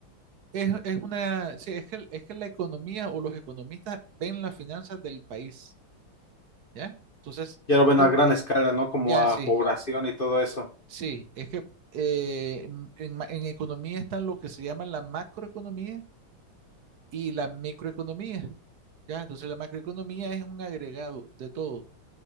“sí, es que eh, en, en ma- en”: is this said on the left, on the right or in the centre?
Right